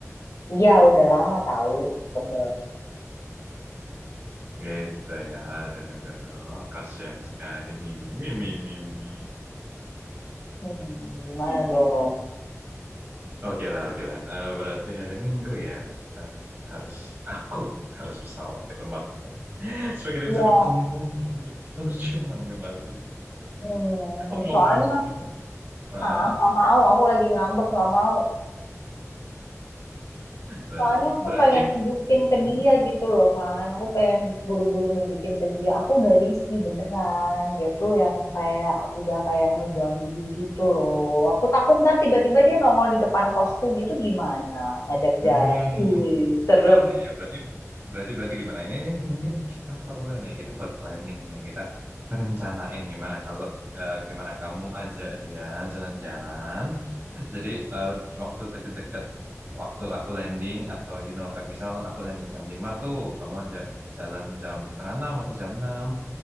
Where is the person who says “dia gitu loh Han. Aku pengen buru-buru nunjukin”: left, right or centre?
Left